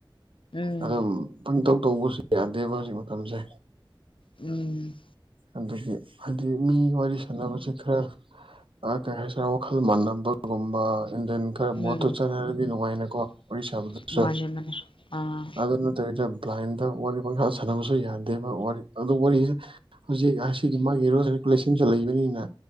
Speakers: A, on the left; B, on the right.
A: ꯎꯝ
B: ꯑꯗꯨꯝ ꯄꯪꯇꯧ ꯇꯧꯕꯁꯨ ꯌꯥꯗꯦꯕ ꯍꯧꯖꯤꯛ ꯃꯇꯝꯁꯦ
A: ꯎꯝ
B: ꯑꯗꯒꯤ ꯍꯥꯏꯗꯤ ꯃꯤ ꯋꯥꯔꯤ ꯁꯥꯟꯅꯕꯁꯤꯦ ꯈꯔ ꯀꯩ ꯍꯥꯏꯁꯤꯔ ꯋꯥꯈꯜ ꯃꯥꯟꯅꯕꯒꯨꯝꯕ ꯏꯟꯗꯤꯌꯟ ꯈꯔ ꯃꯣꯠꯇ
A: ꯎꯝ
B: ꯆꯠꯅꯔꯗꯤ ꯅꯨꯡꯉꯥꯏꯅꯀꯣ ꯋꯥꯔꯤ ꯁꯥꯕꯗꯁꯨ
A: ꯃꯥꯅꯦ ꯃꯥꯅꯦ ꯑꯥ
B: ꯑꯗꯨ ꯅꯠꯇꯕꯤꯗ ꯄ꯭ꯂꯥꯏꯟꯗ ꯋꯥꯔꯤ ꯃꯈꯥ ꯁꯥꯟꯅꯕꯁꯨ ꯌꯥꯗꯦꯕ ꯋꯥꯔꯤ ꯑꯗꯨ ꯋꯥꯔꯤꯁꯤꯦ ꯍꯧꯖꯤꯛ ꯑꯁꯤꯒꯤ ꯃꯥꯒꯤ ꯔꯨꯜꯁ ꯑꯦ ꯔꯤꯒꯨꯂꯦꯁꯟꯁꯨ ꯂꯩꯕꯅꯤꯅ